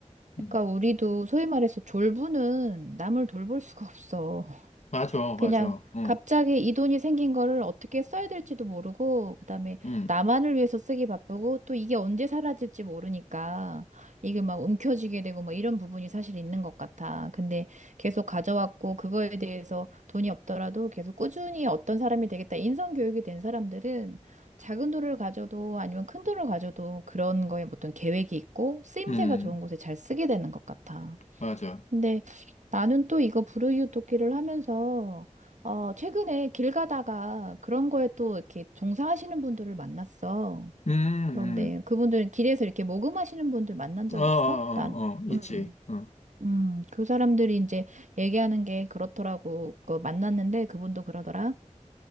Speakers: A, on the left; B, on the right.
A: 음.
B: 그러니까 우리도 소위 말해서 졸부는 남을 돌볼 수가 없어.
A: 맞아,
B: 그냥
A: 맞아. 응,
B: 갑자기 이 돈이 생긴 거를 어떻게 써야 될지도 모르고, 그다음에
A: 응,
B: 나만을 위해서 쓰기 바쁘고, 또 이게 언제 사라질지 모르니까, 이게 막 움켜쥐게 되고, 뭐 이런 부분이 사실 있는 것 같아. 근데 계속 가져왔고, 그거에 대해서 돈이 없더라도 계속 꾸준히 어떤 사람이 되겠다. 인성교육이 된 사람들은 작은 돈을 가져도 아니면 큰 돈을 가져도 그런 거에 어떤 계획이 있고, 쓰임새가
A: 응,
B: 좋은 곳에 잘 쓰게 되는 것 같아.
A: 맞아.
B: 근데 나는 또 이거 불우이웃돕기를 하면서 어 최근에 길 가다가 그런 거에 또 이렇게 종사하시는 분들을 만났어.
A: 음,
B: 그런데 그분들은 길에서 이렇게 모금하시는 분들 만난 적
A: 음, 어, 어, 어,
B: 있어? 난
A: 어, 있지.
B: 음.
A: 어,
B: 음, 그 사람들이 이제 얘기하는 게 그렇더라고. 그 만났는데 그분도 그러더라.